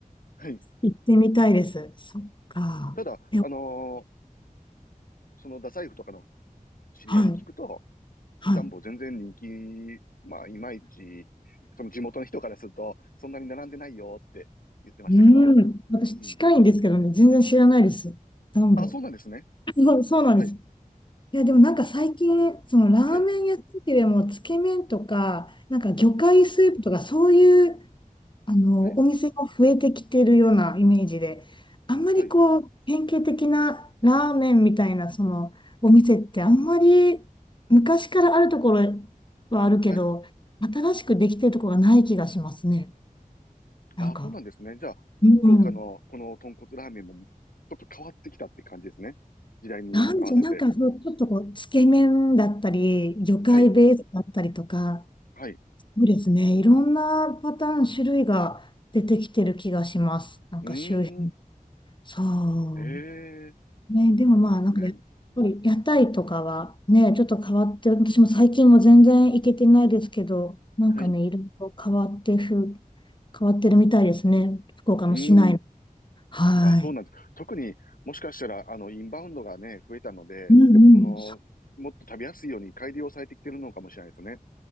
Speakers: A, on the left; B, on the left.
A: はい。
B: 行ってみたいです。そっか。
A: ただ、
B: え、
A: あのー
B: は
A: その太宰府とかの知り合いに聞くと、
B: い、はい。
A: ダンボ全然人気、まあ、いまいち、その地元の人からすると、そんなに並んでないよって言ってましたけど。
B: うん。私近いんですけどね、
A: うん。
B: 全然知らないです。暖房。
A: あ、そうなんですね。
B: そうそうなんです。
A: はい。
B: いや、でもなんか最近、
A: あ
B: そのラーメン屋さんっていうよりも、
A: はい。
B: つけ麺とか、なんか魚介スープとか、
A: はい。
B: そういう、あの、
A: はい。
B: お店も増えてきてるようなイメージで、あんまりこう、
A: はい。
B: 典型的なラーメンみたいな、その、お店ってあんまり、昔からあるところはあるけど、
A: はい。
B: 新しくできてるところがない気がしますね。
A: ああ、
B: なんか。
A: そうなんですね。じゃあ、
B: うん。
A: 福岡のこの豚骨ラーメンもちょっと変わってきたって感じですね。時代に合わせて。
B: なんでしょう、なんかそう、ちょっとこう、つけ麺だったり、魚介ベースだったりとか、
A: はい、はい。
B: そうですね、いろんなパターン、種類が出てきてる気がします。なんか周辺。
A: うーん、
B: そ
A: ええ、
B: う。ね、でもまあ、
A: そうなんですね。
B: なんかやっぱり屋台とかはね、ちょっと変わって、私も最近も全然行けてないですけど、なんかね、
A: はい、
B: いろいろ変わってふ、変わってるみたいですね。福岡の市内の。
A: うーん、
B: はい。
A: あ、そうなんです。特にもしかしたら、あの、インバウンドがね、増えたので、
B: うんうん。
A: その、もっと食べやすいように改良されてきてるのかもしれないですね。